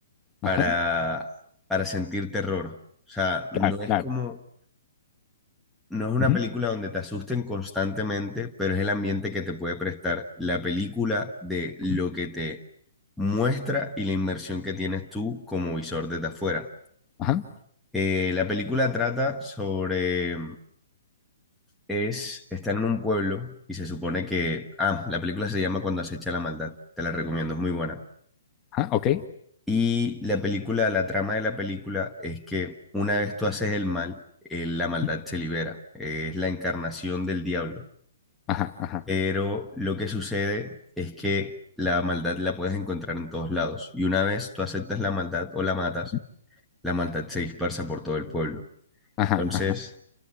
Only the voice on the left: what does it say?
ajá,
claro,
claro.
Ujú,
ujú,
Ajá,
ajá, ok.
Ujú,
Ajá, ajá,
ujú,
ajá,
ajá,